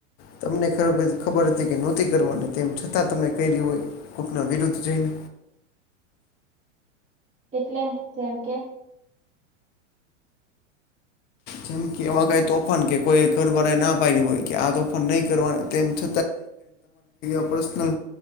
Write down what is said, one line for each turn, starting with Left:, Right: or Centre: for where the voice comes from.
Left: તમને ખબર હતી કે નહોતી કરવાની તેમ છતાં તમે કર્યું હોય કોઈકના વિરુદ્ધ જઈને
Right: એટલે જેમ કે
Left: જેમ કે એવા કઈ તોફાન કે કોઈ ઘર વાળા એ ના પાડી હોય કે આ તોફાન નહી કરવા તેમ છ <unintelligible> પર્સનલ